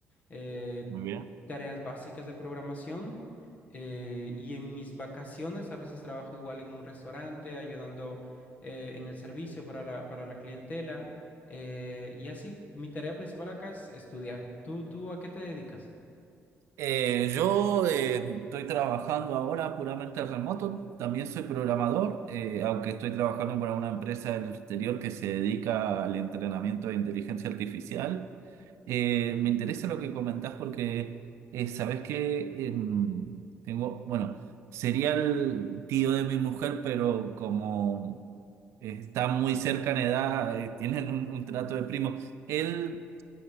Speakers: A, on the left; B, on the right.
A: eh,
B: Muy bien.
A: tareas básicas de programación. eh, y en mis vacaciones a veces trabajo igual en un restaurante, ayudando eh, en el servicio para la, para la clientela. eh, y así, mi tarea principal acá es estudiar. ¿Tú, tú a qué te dedicas?
B: Eh, yo eh, estoy trabajando ahora puramente remoto, también soy programador, eh, aunque estoy trabajando para una empresa del exterior que se dedica al entrenamiento de inteligencia artificial. Eh, me interesa lo que comentás porque eh, sabés que em, tengo, bueno, sería el tío de mi mujer, pero como está muy cerca en edad, eh, tienen un, un trato de primo. Él